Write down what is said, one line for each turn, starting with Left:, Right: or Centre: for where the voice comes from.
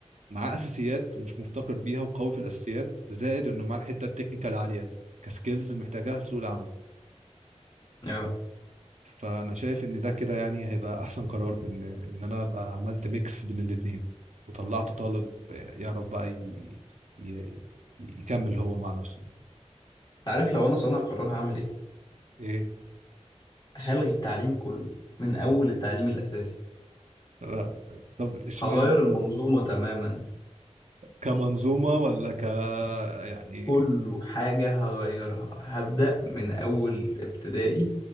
Right: معاه اساسيات مش مفتقر بيها وقوي في الاساسيات زائد انه معاه الحتة التكنيكال عالية كسكيلز محتاجها لسوق العمل
Left: اه
Right: فانا شايف ان ده كده يعني هيبقى احسن قرار بان ان انا ابقى عملت ميكس بين الاتنين وطلعت طالب يعرف بقى ي... ي... يكمل هو مع نفسه
Left: عارف لو انا صانع قرار هعمل ايه
Right: ايه
Left: هلغي التعليم كله من اول التعليم الاساسي
Right: لا. طب اشمعنى
Left: هغير المنظومة تماما
Right: كمنظومة ولا ك يعني
Left: كله حاجة هغيرها هبدأ من اول ابتدائي